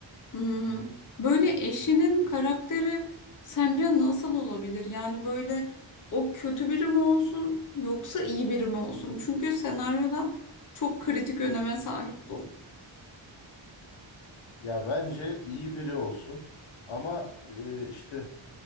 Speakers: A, on the left; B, on the left.
A: Hmm,
B: Hı hı.
A: Böyle eşinin karakteri sence nasıl olabilir? Yani böyle o kötü biri mi olsun yoksa iyi biri mi olsun? Çünkü senaryoda çok kritik öneme sahip bu.
B: Ya bence iyi biri olsun. Ama e, işte